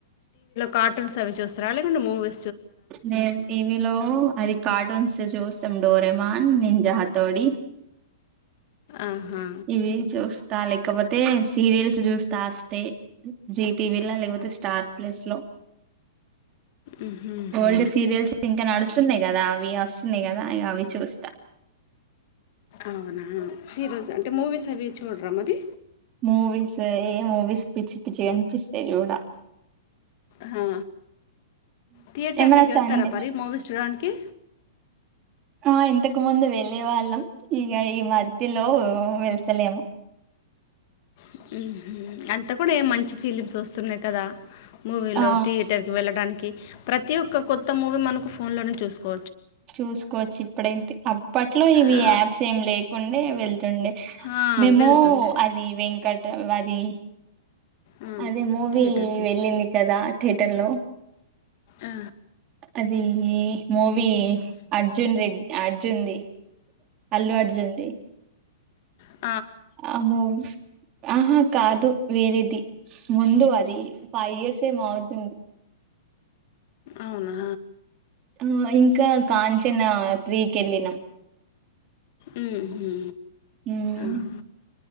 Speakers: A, on the left; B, on the right.
A: కార్టున్స్ అవి చూస్తారా లేకుంటే మూవీ
B: నేను టీవీలో అది కార్టూన్స్ ఏ చూస్తాం డోరెమాన్, నింజాహటోడి
A: ఆహా
B: ఇవి చూస్ త లేకపోతే సీరియల్స్ చూస్తా తాస్తే జీటివలా లేకపోతే స్టార్ ప్లేస్ లో
A: ఉహుహు.
B: ఓల్డ్ సీరియల్స్ ఇంకా నడుస్తున్నాయి గదా అవి వస్తున్నాయి కదా అవి చూస్తా.
A: అవునా సీరియల్స్ అంటే మూవీస్ అవి చూడరా మరి?
B: మూవీస్ ఆ ఏ మూవీస్ పిచ్చి పిచ్చి కనిపిస్తే చూడా
A: హ థియేటర్
B: ఏమైనా
A: లకి వెళ్తారా
B: సండే
A: మరి మూవీస్ చూ ఓకే
B: ఆ ఇంతకు ముందు వెళ్ళే వాళ్ళం ఇగ ఈ మధ్యలో వో వె తలేము
A: ఉహు అంతా కూడా ఏ మంచి ఫీలింగ్స్ వస్తున్నాయి కదా మూవీలో
B: ఆ
A: థియేటర్కి వెళ్ళడానికి ప్రతి ఒక్క కొత్త మూవీ మనకు ఫోన్లోనే చూసుకో
B: చూసుకోవచ్చు ఇప్పుడైతే అప్పట్లో ఇవి
A: ఆ,
B: యాప్స్ ఏం లేకుండే, వెళ్తుండే
A: ఆ,
B: మేము
A: వెళ్తుండే
B: అది వెంకటం అది
A: మ్మ్.
B: అది మూవీ
A: థియేటర్కి
B: వెళ్ళింది కదా థియటర్ లో?
A: ఆ,
B: అది మూవీ అర్జున్ రెడ్డి అర్జున్ది అల్లు అర్జుంది
A: అహ
B: అ మూవీ ఆహా కాదు వేరేది ముందు అది ఫైవ్ ఇయర్స్ ఏమవుతుంది
A: అవునా
B: ఆ ఇంకా కాంచనా త్రీకి వెళ్ళినాం.
A: ఉహు
B: ఉమ్,
A: ఆహ